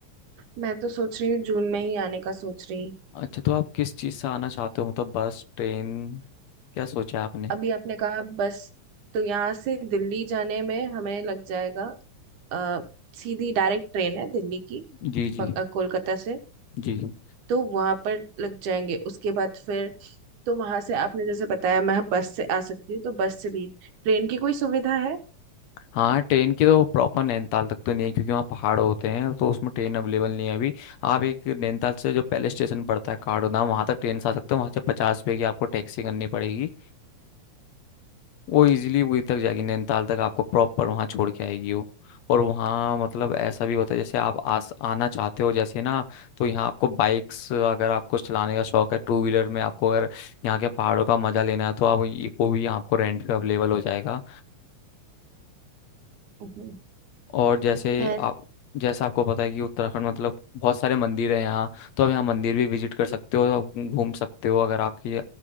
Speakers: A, on the right; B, on the left.
A: मैं तो सोच रही हूँ जून में ही आने का सोच रही
B: अच्छा तो आप किस चीज़ से आना चाहते हो मतलब बस ट्रेन क्या सोचा है आपने
A: अभी आपने कहा बस तो यहाँ से दिल्ली जाने में हमें लग जाएगा अ, सीधी डायरेक्ट ट्रेन है दिल्ली की
B: जी जी
A: ब- अ, कोलकाता से
B: जी
A: तो वहां पर लग जाएंगे उसके बाद फिर तो वहां से आपने जैसे बताया मैं बस से आ सकती हूँ तो बस से भी ट्रेन की कोई सुविधा है
B: हाँ ट्रेन की तो प्रॉपर नैनीताल तक तो नहीं है क्योंकि वहाँ पहाड़ होते हैं तो उसमें ट्रेन अवेलेबल नहीं है अभी आप एक नैनीताल से जो पहले स्टेशन पड़ता है काठगोदाम वहाँ तक ट्रेन से आ सकते हो वहाँ से पचास रुपये की आपको टैक्सी करनी पड़ेगी वो इजीली वहीं तक जाएगी नैनीताल तक आपको प्रॉपर वहाँ छोड़ के आएगी वो और वहाँ मतलब ऐसा भी होता है जैसे आप आस आना चाहते हो जैसे ना तो यहाँ आपको बाइक्स अगर आपको चलाने का शौक है टू व्हीलर में आपको अगर यहाँ के पहाड़ों का मजा लेना है तो आप ये- वो भी आपको रेंट पे अवेलेबल हो जाएगा
A: हम्म।
B: और जैसे
A: खैर
B: आप जैसा आपको पता है कि उत्तराखंड मतलब बहुत सारे मंदिर हैं यहाँ तो आप यहाँ मंदिर भी विजिट कर सकते हो तो आप घूम सकते हो अगर आपकी